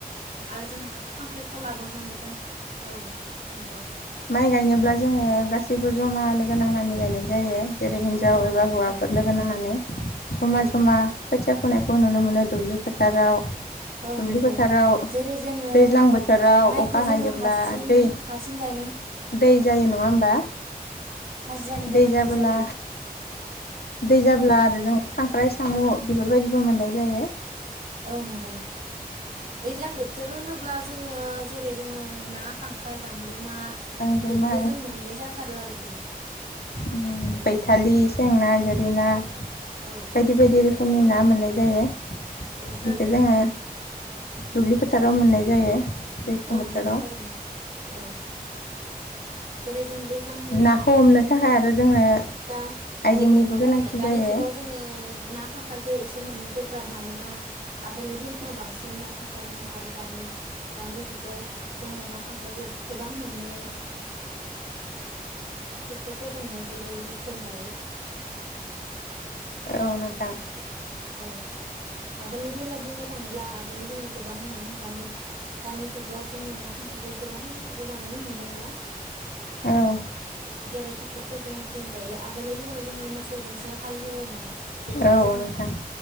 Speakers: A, on the right; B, on the left.
A: आरो जों खां ख्रिखलाबो होनो जों औ नंगौ।
B: माइ गायनोब्ला जोंङो गासैबो जमा लोगो नांनानै गायनाय जायो। जेरै हिन्जाव
A: औ
B: एबा
A: नंगौ
B: हौवाफोर
A: थारैनो
B: लोगो नांनानै जमा
A: औ
B: जमा खोथिया खुनायखौ
A: औ
B: नुनो मोनो दुब्लि फोथाराव
A: औ
B: दुब्लि
A: नंगौ
B: फोथाराव
A: जेरै जोंङो
B: दैज्लां बोथोराव
A: माइखौ
B: अखा
A: जोंङो
B: हायोब्ला
A: हारसि
B: दै
A: हारसिं गाइ
B: दै जायो नंङा होमबा?
A: हाजिरानि गोनांथि
B: दै जाबोला
A: जायो
B: दै जाब्ला
A: औ
B: आरो खांख्राय साम' बेफोरबायदिबो मोननाय जायो।
A: औ नंगौ दैज्लां बोथोर होनोब्ला जों ओ जेरै जोंङो ना खांख्राय गां जेमा
B: गांजेमा
A: बेफोरखौ जों मोननाय जाथारो आरोखि
B: उम फैथालिस सेंना
A: औ
B: गोरि ना
A: औ
B: बायदि बायदि
A: बेफोरखौ
B: रोखोमनि
A: जों
B: ना
A: मोनो
B: मोननाय जायो
A: औ थारैनो
B: बेखौ जोंङो दुब्लि फोथाराव मोननाय जायो। दैज्लां
A: औ
B: बोथोराव
A: नंगौ थारैनो औ जेरै जोंङो दैज्लां होनोब्लाथ
B: नाखौ हमनो
A: जों
B: थाखाय आरो जोंनो
A: दा
B: आइजेंनिबो
A: औ नंगौ
B: गोनांथि
A: थारैनो दानि
B: जायो
A: जुगाव जोंङो ना खांख्रायखौ एसे मोननो गोब्राब मानोना आगोलनि दिनाव बांसिन ना खांख्राय मोनोमोन आरो दानि दानि जुगाव जोंङो ना खांख्रायखौ गोबां मोनो टरफोरजोंनो जेरै हुख्रेम जायो।
B: औ नोंथां।
A: औ आगोलनि दिनाव बुंनो थांङोब्ला आगोलनि दिनाव गोबांमोन दानि दानि जुगाव जोंङो ना खांख्रायखौ गोबां गोबांङानो नुबांला।
B: औ
A: जे-जेरै ट्रेक्टरफोरजों हुख्रेम जायो आगोलनि दिनाव जोंङो मोसौजोंसो हालेवोमोन। बेवहाय
B: औ
A: जोंङो
B: नोंथां